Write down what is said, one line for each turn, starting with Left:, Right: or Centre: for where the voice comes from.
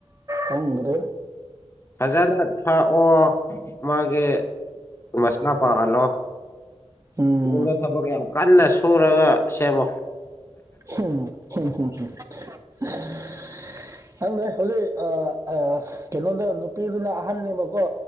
Right: ꯈꯪꯗ꯭ꯔꯦ
Left: ꯐꯖꯅ ꯊꯥꯛꯑꯣ ꯃꯥꯒꯤ ꯃꯁꯥ ꯐꯥꯍꯜꯂꯣ
Right: ꯎꯝ
Left: ꯅꯪꯅ ꯊꯕꯛ ꯌꯥꯝ ꯀꯟꯅ ꯁꯨꯔꯒ ꯁꯦꯝꯃꯣ
Right: <unintelligible> ꯈꯪꯗ꯭ꯔꯦ ꯍꯧꯖꯤꯛ ꯑꯥ ꯑꯥ ꯀꯩꯅꯣꯗ ꯅꯨꯄꯤꯗꯨꯅ ꯑꯍꯟꯅꯦꯕꯀꯣ